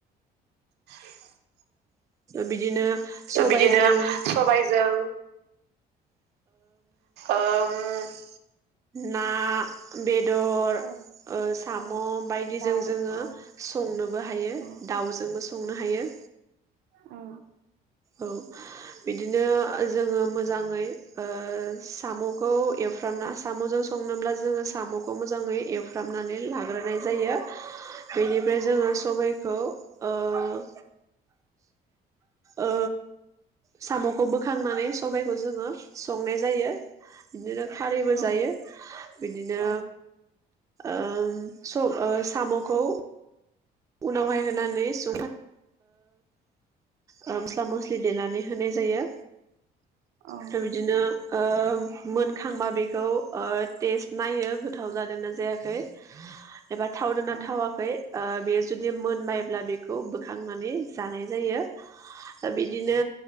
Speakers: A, on the right; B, on the right.
A: <unintelligible>
B: बिदिनो सबायजों
A: बिदिनो सबायजों ओम। <inaudible>
B: ना बेदर। बेदर
A: औ
B: ओ साम'
A: औ
B: बायदिजों
A: दाउ
B: जोङो
A: औ
B: संनोबो हायो
A: औ
B: दाउजोंबो संनो। संनो हायो।
A: औ।
B: औ बिदिनो जोङो मोजाङै ओ साम'खौ एवफ्रामना साम'जों संनोब्ला जोङो साम'खौ मोजाङै एवफ्रामनानै लाग्रोनाय जायो बेनिफ्राय जोङो सबायखौ ओ। ओ साम'खौ बोखांनानै सबायखौ जोङो संनाय जायो बिदिनो। खारैबो
A: औ
B: जायो बिदिनो।
A: औ
B: ओम। स साम'खौ। उनावहाय होनानै <unintelligible> ओ मस्ला मस्लि देनानै होनाय जायो।
A: औ
B: दा बिदिनो ओम। मोनखांबा बेखौ ओ टेस्ट नायो। गोथाव जादोंना जायाखै एबा थावदोंना
A: औ
B: थावाखै। जुदि मोनबायब्ला बेखौ बोखांनानै जानाय जायो दा बिदिनो